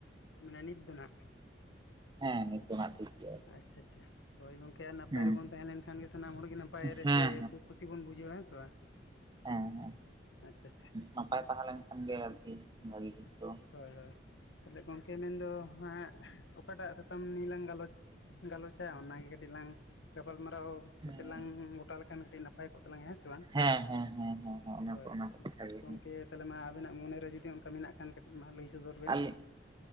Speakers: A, on the left; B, on the right.
A: ᱢᱟᱱᱮ ᱱᱤᱛ ᱫᱚ ᱱᱟᱜ ᱾
B: ᱦᱮᱸ ᱱᱤᱛᱚᱜ ᱟᱱᱟᱜ ᱴᱷᱤᱠ ᱜᱮᱭᱟ
A: ᱟᱪᱪᱷᱟ ᱟᱪᱪᱷᱟ ᱦᱳᱭ ᱜᱚᱝᱠᱮ ᱱᱟᱯᱟᱭ
B: ᱦᱮᱸ
A: ᱨᱮᱵᱚᱱ ᱛᱟᱦᱮᱸ ᱞᱮᱱᱠᱷᱟᱱ ᱜᱮ ᱥᱟᱱᱟᱢ ᱦᱚᱲᱜᱮ ᱱᱟᱯᱟᱭ ᱨᱮᱥᱮ
B: ᱦᱮᱸ
A: ᱠᱩᱥᱤ ᱵᱚᱱ ᱵᱩᱡᱷᱟᱹᱣᱟ ᱦᱮᱸ ᱥᱮ ᱵᱟᱝ?
B: ᱦᱮᱸ ᱦᱮᱸ ᱾
A: ᱟᱪᱪᱷᱟ ᱟᱪᱪᱷᱟ ᱾
B: ᱱᱟᱯᱟᱭ ᱛᱟᱦᱮᱸ ᱞᱮᱱᱠᱷᱟᱱ ᱜᱮ ᱟᱨᱠᱤ ᱵᱷᱟᱹᱜᱤ
A: <inaudible>
B: ᱠᱤᱪᱷᱩ
A: ᱦᱳᱭ ᱦᱳᱭ ᱛᱟᱦᱚᱞᱮ ᱜᱚᱝᱠᱮ ᱢᱮᱱᱫᱚ ᱦᱟᱸᱜ ᱚᱠᱟᱴᱟᱜ ᱥᱟᱛᱟᱢ ᱱᱤᱭᱟᱹ ᱞᱟᱝ ᱜᱟᱞᱚᱪ? ᱜᱟᱞᱚᱪᱟ ᱚᱱᱟᱜᱮ ᱠᱟᱹᱴᱤᱡ ᱞᱟᱝ ᱜᱟᱯᱟᱞᱢᱟᱨᱟᱣ
B: ᱦᱮᱸ
A: ᱠᱟᱛᱮᱜ ᱞᱟᱝ ᱜᱚᱴᱟ ᱞᱮᱠᱷᱟᱱ ᱠᱟᱹᱴᱤᱡ ᱱᱟ ᱱᱟᱯᱟᱭ ᱠᱚᱜ ᱛᱟᱞᱟᱝ ᱜᱮᱭᱟ ᱦᱮᱸ ᱥᱮ ᱵᱟᱝ?
B: ᱦᱮᱸ ᱦᱮᱸ ᱦᱮᱸ ᱦᱮᱸ ᱚᱱᱟ
A: ᱦᱳᱭ,
B: ᱛᱚ ᱚᱱᱟ ᱛᱚ ᱠᱟᱛᱷᱟ ᱜᱮ
A: ᱜᱚᱝᱠᱮ ᱛᱟᱦᱚᱞᱮ ᱢᱟ ᱟᱵᱮᱱᱟᱜ ᱢᱚᱱᱮᱨᱮ ᱡᱩᱫᱤ ᱚᱱᱠᱟ ᱢᱮᱱᱟᱜ ᱠᱷᱟᱱ ᱠᱟᱹᱴᱤᱡ ᱢᱟ ᱞᱟᱹᱭ ᱥᱚᱫᱚᱨ ᱵᱮᱱ?
B: ᱟᱹᱞᱤᱧ